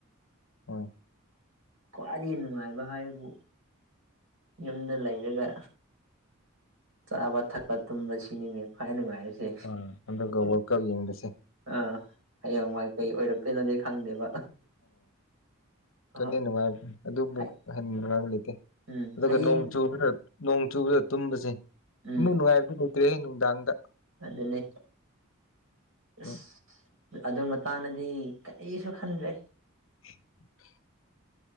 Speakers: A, on the left; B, on the right.
A: ꯍꯣꯏ
B: ꯈ꯭ꯋꯥꯏꯗꯒꯤ ꯅꯨꯡꯉꯥꯏꯕ ꯍꯥꯏꯕꯨ ꯌꯨꯝꯗ ꯂꯩꯔꯒ ꯆꯥꯕ ꯊꯛꯄ ꯇꯨꯝꯕ ꯁꯤꯅꯤꯅꯦ ꯈ꯭ꯋꯥꯏ ꯅꯨꯡꯉꯥꯏꯔꯤꯁꯦ
A: ꯑ ꯑꯗꯨꯒ ꯋꯥꯜ ꯀꯞ ꯌꯦꯡꯕꯥꯁꯦ
B: ꯑꯥ ꯍꯌꯦꯡꯋꯥꯏ ꯀꯩ ꯑꯣꯏꯔꯛꯇꯣꯏꯅꯗꯤ ꯈꯪꯗꯦꯕ ꯑꯍ
A: ꯑꯗꯨꯅ ꯅꯨꯡꯉꯥꯏꯕ ꯑꯗꯨꯕꯨ
B: ꯍꯥꯏ
A: ꯍꯦꯟꯅ ꯅꯨꯡꯉꯥꯏꯕ ꯂꯩꯇꯦ
B: ꯎꯝ
A: ꯑꯗꯨꯒ
B: ꯍꯌꯦꯡ
A: ꯅꯣꯡ ꯆꯨꯕꯗ ꯅꯣꯡ ꯆꯨꯕꯗ ꯇꯨꯝꯕꯁꯦ ꯁꯤꯃꯨꯛ
B: ꯎꯝ
A: ꯅꯨꯡꯉꯥꯏꯕꯗꯤ ꯂꯩꯇ꯭ꯔꯦꯍꯦ ꯅꯨꯡꯗꯥꯡꯗ
B: ꯑꯗꯨꯅꯦ ꯑꯁ
A: ꯎꯝ
B: ꯑꯗꯨ ꯃꯇꯥꯡꯗꯗꯤ ꯀꯔꯤꯁꯨ ꯈꯟꯗ꯭ꯔꯦ
A: <inaudible>